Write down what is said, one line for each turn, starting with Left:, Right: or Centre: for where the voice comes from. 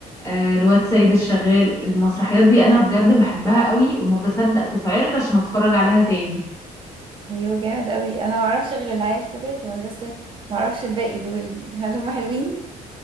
Left: آه، الواد سيد الشغال المسرحيات دي انا بجد بحبها قوي وما بصدق تتعرض عشان اتفرج عليها تاني
Right: ايوه جامد قوي انا ما اعرفش غير العيال كبرت ومدرسة ما اعرفش الباقي دول هل هم حلوين